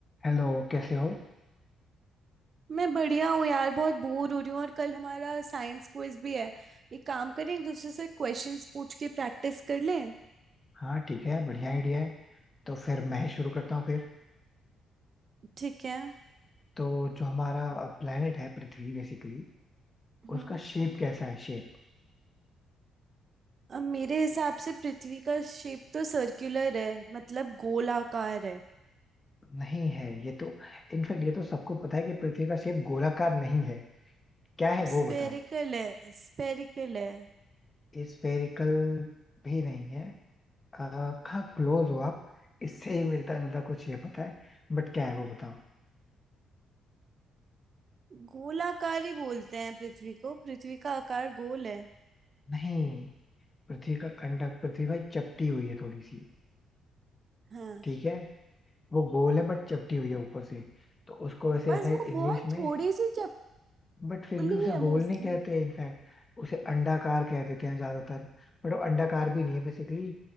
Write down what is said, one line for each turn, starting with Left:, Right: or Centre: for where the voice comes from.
Left: हेलो कैसे हो
Right: मैं बढ़िया हूँ यार बहुत बोर हो रही हूँ और कल हमारा साइंस क्विज भी है एक काम करें एक दूसरे से क्वेश्चंस पूछ के प्रैक्टिस कर लें
Left: हाँ ठीक है बढ़िया आइडिया है तो फिर मैं ही शुरू करता हूँ फिर
Right: ठीक है
Left: तो जो हमारा प्लेनेट है पृथ्वी बेसिकली
Right: हम्म
Left: उसका शेप कैसा है शेप
Right: अब मेरे हिसाब से पृथ्वी का शेप तो सर्कुलर है मतलब गोलाकार है
Left: नहीं है ये तो इनफैक्ट ये तो सबको पता है कि पृथ्वी का शेप गोलाकार नहीं है क्या है
Right: स्फेरिकल
Left: वो बताओ
Right: है स्फेरिकल है
Left: स्फेरिकल भी नहीं है आ, हाँ क्लोज हो आप इससे ही मिलता जुलता कुछ शेप होता है बट क्या है वो बताओ
Right: गोलाकार ही बोलते हैं पृथ्वी को पृथ्वी का आकार गोल है
Left: नहीं पृथ्वी का अंडा पृथ्वी भाई चपटी हुई है थोड़ी सी
Right: हाँ
Left: ठीक है वो गोल है बट चपटी हुई है ऊपर से तो उसको वैसे
Right: बस
Left: शायद
Right: वो
Left: इंग्लिश
Right: बहुत
Left: में
Right: थोड़ी सी
Left: बट फिर
Right: चपली
Left: भी उसे
Right: है
Left: गोल
Right: मोस्टली
Left: नहीं कहते इनफैक्ट उसे अंडाकार कह देते हैं ज्यादातर बट वो अंडाकार भी नहीं है बेसिकली